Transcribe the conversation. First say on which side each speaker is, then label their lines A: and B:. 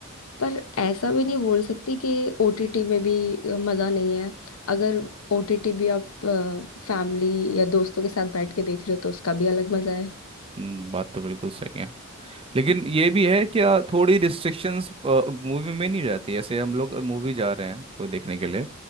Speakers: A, on the left; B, on the right.
A: पर ऐसा भी नहीं बोल सकती कि ओटीटी में भी अ, मजा नहीं है अगर ओटीटी भी आप फैमिली या दोस्तों के साथ बैठ के देख रहे हो तो उसका भी अलग मजा है
B: हम्म, बात तो बिल्कुल सही है लेकिन ये भी है कि आ, थोड़ी रिस्ट्रिक्शंस मूवी में नहीं रहती जैसे हम लोग मूवी जा रहे हैं कोई देखने के लिए